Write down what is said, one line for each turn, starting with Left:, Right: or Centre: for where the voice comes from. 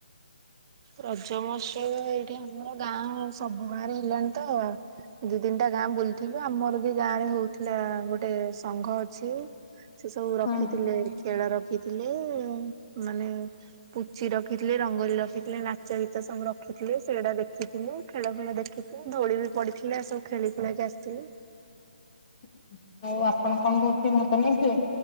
Right: ରଜ ମହୋତ୍ସବ ଏଇଠି ଆମର ଗାଁ ସବୁ ଗାଁରେ ହେଲାଣି ତ। ଦିଇ ତିନିଟା ଗାଁ ବୁଲିଥିବ ଆମର ବି ଗାଁ ରେ ହୋଉଥିଲା ଗୋଟେ ସଂଘ ଅଛି। ସେ ସବୁ ରଖିଥିଲେ
Left: ହଁ
Right: ଖେଳ ରଖିଥିଲେ ମାନେ ପୁଚି ରଖିଥିଲେ। <unintelligible> ଥିଲେ ନାଚ ଗୀତ ସବୁ ରଖିଥିଲେ ସେଇଡ଼ା ଦେଖିଥିଲୁ ଖେଳ ଖେଳ ଦେଖିଥିଲୁ ଧୋଳି ବି ପଡିଥିଲେ ସବ ଖେଳ <unintelligible> ଆସିଥିଲୁ।
Left: ହୁଁ ଆଉ ଆପଣ କଣ କହୁଥିଲେ ଭାଗ ନେଇଥିଲେ,